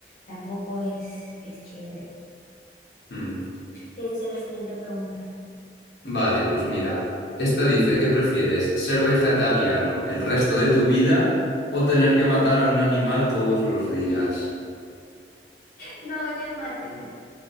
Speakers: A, on the left; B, on the left.
A: tampoco es, es chévere.
B: Mm.
A: ¿Qué dice la siguiente pregunta? <laughs>
B: Vale, pues mira, esta dice, ¿qué prefieres? ¿Ser vegetariano el resto de tu vida o tener que matar a un animal todos los días?
A: No, ya mátenme.